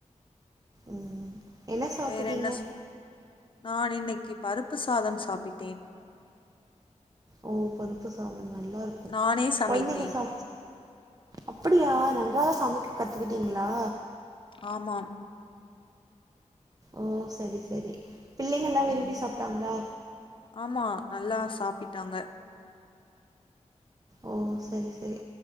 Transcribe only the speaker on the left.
வேற என்ன சொ நான் இன்னைக்கு பருப்பு சாதம் சாப்பிட்டேன்
நானே சமைத்தேன்
ஆமா
உம்
ஆமா நல்லா சாப்பி டாங்க